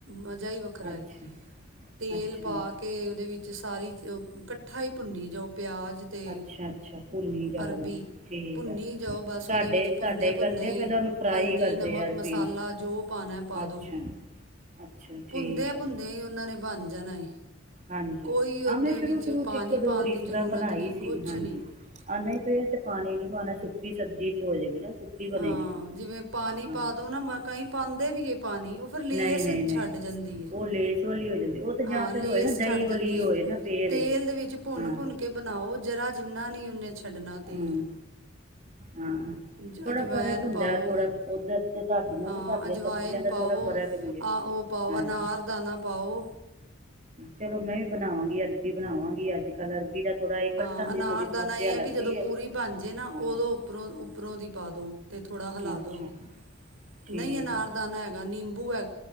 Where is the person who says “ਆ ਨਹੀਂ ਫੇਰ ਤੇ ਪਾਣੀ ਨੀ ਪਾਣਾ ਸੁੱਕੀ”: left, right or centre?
Right